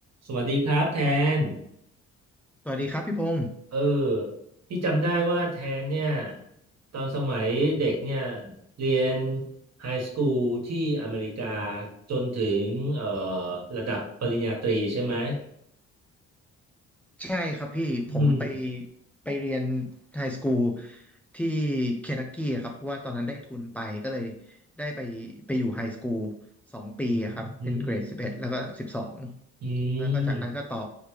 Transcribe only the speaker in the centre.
สวัสดีครับพี่พงศ์
ใช่ครับพี่ผมไป
ไปเรียนไฮสคูลที่เคนทักกี้อะครับเพราะว่าตอนนั้นได้ทุนไปก็เลยได้ไปไปอยู่ไฮสคูลสองปีอะครับเป็นเกรดสิบเอ็ดแล้วก็สิบสอง
แล้วก็จากนั้นก็ต่อ